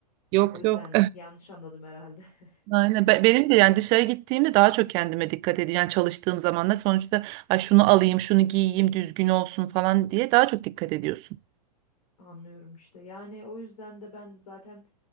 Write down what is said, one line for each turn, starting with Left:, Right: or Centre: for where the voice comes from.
Right: Yok
Left: O yüzden
Right: yok
Left: yanlış anladım herhalde. <laughs>
Right: Aynen. Be- Benim de yani dışarı gittiğimde daha çok kendime dikkat ediyorum. Yani çalıştığım zaman da sonuçta Ay şunu alayım, şunu giyeyim, düzgün olsun falan diye daha çok dikkat ediyorsun.
Left: Anlıyorum işte. Yani o yüzden de ben zaten